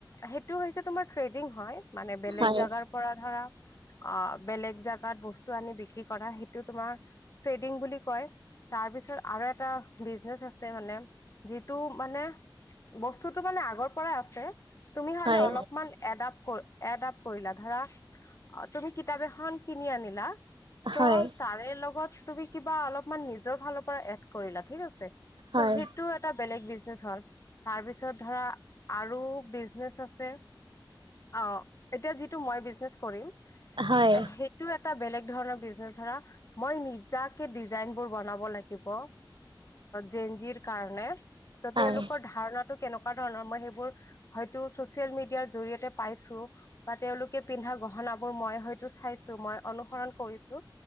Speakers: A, on the left; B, on the right.
A: সেইটো হৈছে তোমাৰ ট্ৰেডিং হয় মানে বেলেগ
B: হয়
A: জাগাৰ পৰা ধৰা অ, বেলেগ জোগাত বস্তু আনি বিক্ৰী কৰা সেইটো তোমাৰ বুলি কয় তাৰ পিছত আৰু এটা বিজনেচ আছে মানে যিটো মানে বস্তুটোতো মানে আগৰ পৰাই আছে তুমি খালি
B: হয়
A: অলপমান এডাপ্ট এ কৰিলা ধৰা অ তুমি কিতাপ এখন কিনি আনিলা
B: হয়
A: ত তাৰে লগত তুমি কিবা অলপমান নিজৰ ফালৰ পৰা এড কৰিলা ঠিক আছে ত'
B: হয় হয়
A: সেইটো এটা বেলেগ বিজনেচ হল তাৰপিছত ধৰা আৰু বিজনেচ আছে অ এতিয়া যিটো মই বিজনেচ কৰিম
B: হয়
A: এ সেইটো এটা বেলেগ ধৰণৰ বিজনেচ ধৰা মই নি যাকে ডিজাইন বোৰ বনাব লাগিব অ জেঞজিৰ কাৰণে ত'
B: হয়
A: তেওঁলোকৰ ধাৰণাটো কেনেকুৱা ধৰণৰ মই সেইবোৰ হয়তো চচিয়েল মিডিয়াৰ জৰিয়তে পাইছো বা তেওঁলোকে পিন্ধা গহনা বোৰ মই হয়তো চাইছো মই অনুসৰণ কৰিছো